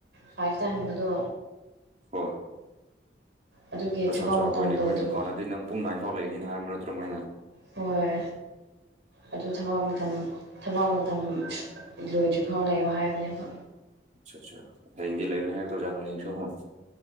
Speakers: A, on the right; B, on the right.
A: ꯐꯥꯢꯐ ꯇ ꯍꯟꯕꯗꯣ
B: ꯍꯣꯏ
A: ꯑꯗꯨꯒꯤ
B: ꯑꯠꯆꯥ
A: ꯊꯕꯛ
B: ꯑꯠꯆꯥ
A: ꯃꯇꯝ
B: ꯍꯣꯏꯅꯦ
A: ꯂꯣꯏꯗ꯭ꯔꯤꯕ
B: ꯍꯣꯏꯅꯦ ꯍꯥꯟꯅꯗꯤ ꯅꯪ ꯄꯨꯡ ꯅꯥꯏꯟ ꯐꯥꯎ ꯂꯩꯅꯤ ꯍꯥꯏꯕ ꯅꯠꯇ꯭ꯔꯣ ꯃꯣꯏꯅ
A: ꯍꯣꯏ ꯑꯗꯨ ꯊꯕꯛ ꯃꯇꯝ ꯊꯕꯛ ꯃꯇꯝ ꯂꯣꯏꯗ꯭ꯔꯤ ꯐꯥꯎ ꯂꯩꯑꯣ ꯍꯥꯏꯕꯅꯦꯕ
B: ꯑꯠꯆꯥꯥꯆꯥ ꯍꯌꯦꯡꯗꯤ ꯂꯩꯒꯅꯣ ꯍꯥꯏꯔꯛ ꯇꯧꯖꯥꯠꯂꯣ ꯍꯌꯦꯡꯁꯨ ꯑꯃꯨꯛ